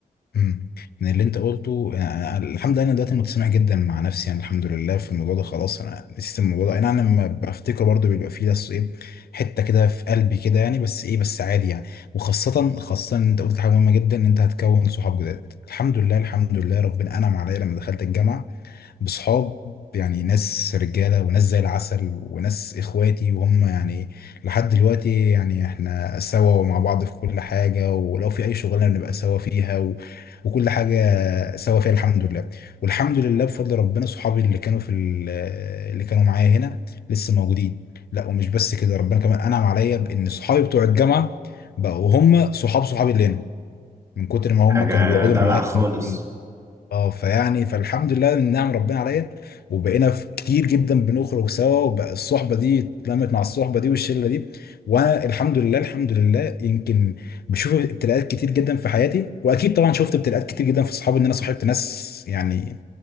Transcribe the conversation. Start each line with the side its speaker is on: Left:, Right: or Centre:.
Left: مم. من اللي انت قلته يعني الحمد لله انا دلوقتي متسامح جدا مع نفسي يعني الحمد لله في الموضوع ده خلاص انا نسيت الموضوع ده يعني انا لما بفتكره برضه بيبقى فيه بس ايه حته كده في قلبي كده يعني بس ايه بس عادي يعني وخاصه خاصه ان انت قلت حاجه مهمه جدا ان انت هتكون صحاب جداد الحمد لله الحمد لله ربنا انعم عليا لما دخلت الجامعه بصحاب يعني ناس رجالة وناس زي العسل وناس إخواتي وهم يعني لحد دلوقتي يعني إحنا سوا ومع بعض في كل حاجة ولو في أي شغلانة بنبقى سوا فيها و... وكل حاجة سوا فيها الحمد لله والحمد لله بفضل ربنا صحابي اللي كانوا في ال... اللي كانوا معايا هنا لسه موجودين لا ومش بس كده ربنا كمان أنعم عليا بإن صحابي بتوع الجامعة بقوا هم صحاب صحابي اللي هنا من كتر ما هم
Right: حاجة
Left: كانوا بيقعدوا
Right: دلع
Left: معاهم
Right: خالص
Left: اه فيعني فالحمد لله من نعم ربنا عليا وبقينا في كتير جدا بنخرج سوا وبقى الصحبه دي اتلمت مع الصحبه دي والشله دي وانا الحمد لله الحمد لله يمكن بشوف ابتلاءات كتير جدا في حياتي واكيد طبعا شفت ابتلاءات كتير جدا في صحابي ان انا صاحبت ناس يعني